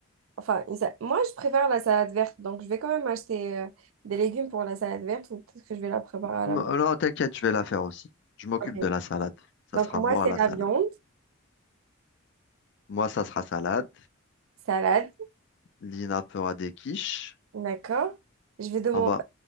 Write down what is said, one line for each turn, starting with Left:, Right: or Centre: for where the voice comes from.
Right: Enfin, une sa- moi, je préfère la salade verte, donc je vais quand même acheter euh, des légumes pour la salade verte ou peut-être que je vais la préparer à
Left: Non,
Right: la maison.
Left: non, t'inquiète, je vais la faire aussi. Je m'occupe
Right: Ok.
Left: de la salade. Ça
Right: Donc,
Left: sera
Right: moi,
Left: moi
Right: c'est
Left: la
Right: la
Left: salade.
Right: viande,
Left: Moi, ça sera salade.
Right: salade,
Left: Lina fera des quiches.
Right: d'accord. Je vais demander,
Left: On va,